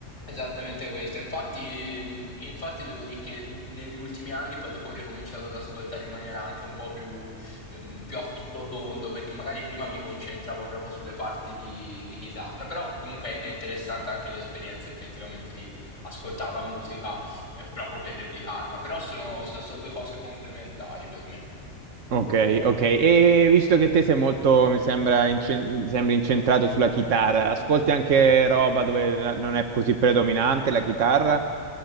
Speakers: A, on the left; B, on the right.
A: Esattamente questo, infatti, mh, infatti devo dire che negli ultimi anni poi dopo ho ricominciato ad ascoltare in maniera anche un po' più, ehm, più a tutto tondo, perché magari prima mi concentravo proprio sulle parti di, di chitarra, però comunque è interessante anche l'esperienza effettivamente di ascoltare la musica eh, proprio per replicarla, però sono, sono due cose complementari per me.
B: Ok, ok. E visto che te sei molto, mi sembra, incen- mi sembri incentrato sulla chitarra, ascolti anche roba dove la- non è così predominante la chitarra?